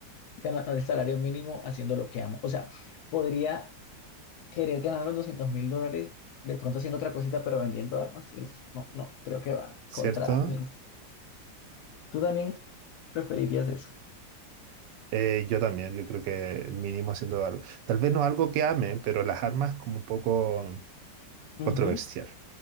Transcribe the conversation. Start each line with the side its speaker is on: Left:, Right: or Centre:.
Left: Ganar el salario mínimo haciendo lo que amo. O sea, podría querer ganar los doscientos mil dólares de pronto haciendo otra cosita, pero vendiendo armas. Sí, no, no, creo que va
Right: ¿Cierto?
Left: contra mis... ¿Tú también preferirías eso?
Right: Eh, yo también, yo creo que el mínimo haciendo algo, tal vez no algo que ame, pero las armas como un poco
Left: Ujú.
Right: controversial.